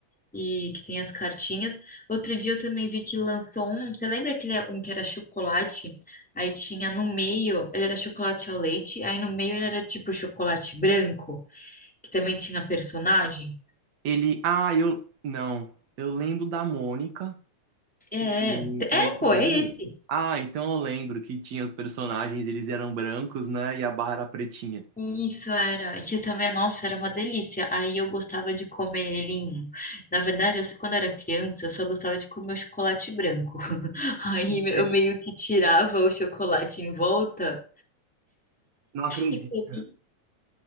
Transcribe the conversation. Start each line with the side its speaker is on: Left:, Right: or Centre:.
Centre: e que tem as cartinhas. Outro dia eu também vi que lançou um. Você lembra aquele um que era chocolate? Aí tinha no meio, ele era chocolate ao leite, aí no meio ele era tipo chocolate branco, que também tinha personagens.
Right: Ele. Ah, eu. Não. Eu lembro da Mônica, que
Centre: É, é, É,
Right: é esse
Centre: pô,
Right: daí.
Centre: é esse.
Right: Ah, então eu lembro que tinha os personagens, eles eram brancos, né? E a barra era pretinha.
Centre: Isso era, e que também, nossa, era uma delícia. Aí eu gostava de comer ele. em- Na verdade, assim, quando eu era criança, eu só gostava de comer o chocolate branco. <laughs> Aí
Right: Mentira,
Centre: eu meio que tirava o chocolate em volta
Right: Não acredito.
Centre: e comia.